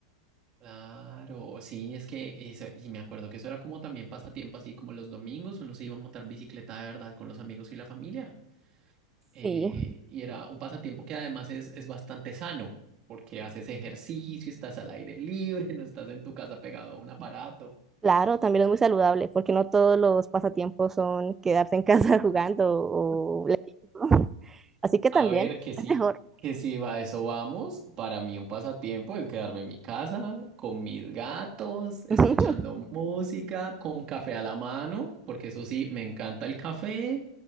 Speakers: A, on the right; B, on the right.
A: claro, sí, es que eso, y me acuerdo que eso era como también pasatiempo, así como los domingos uno se iba a montar bicicleta de verdad con los amigos y la familia. eh,
B: Sí,
A: y era un pasatiempo que además es, es bastante sano, porque haces ejercicio, estás al aire libre, <laughs> no estás en tu casa pegado a un aparato.
B: claro, también es muy saludable porque no todos los pasatiempos son quedarse en casa <laughs> jugando o leyendo. Así que
A: A
B: también
A: ver, que sí,
B: es mejor.
A: que sí, va, a eso vamos. Para mí un pasatiempo es quedarme en mi casa con mis gatos, escuchando
B: <laughs>
A: música, con café a la mano, porque eso sí, me encanta el café